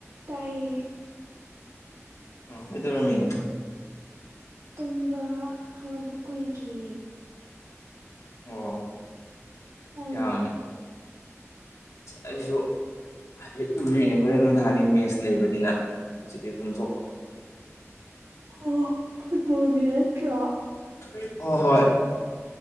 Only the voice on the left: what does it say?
ꯎ ꯑꯩꯗꯔꯃꯤꯅꯣ
ꯑꯣ
ꯌꯥꯝ ꯑꯩꯁꯨ ꯍꯥꯏꯗꯤ ꯎꯔꯤꯅꯦ ꯍꯣꯔꯦꯟ ꯅꯨꯡꯊꯥꯅꯤ ꯃꯦꯁ ꯂꯩꯕꯅꯤꯅ ꯍꯧꯖꯤꯛꯇꯤ ꯇꯨꯝꯊꯣꯛꯄ
ꯍꫭ ꯍꯣꯏ